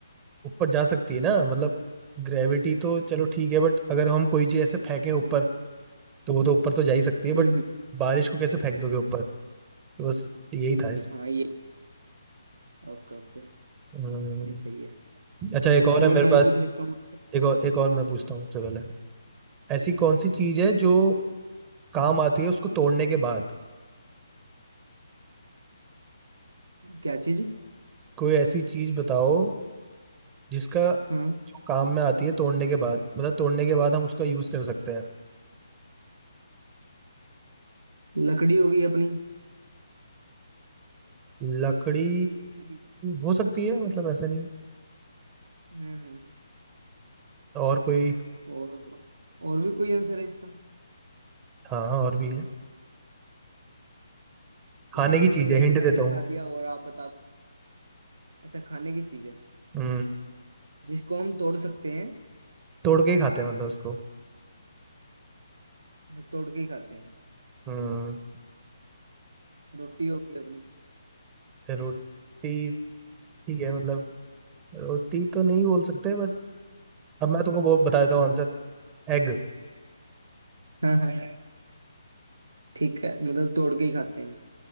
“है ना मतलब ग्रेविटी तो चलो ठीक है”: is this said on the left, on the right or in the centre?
Right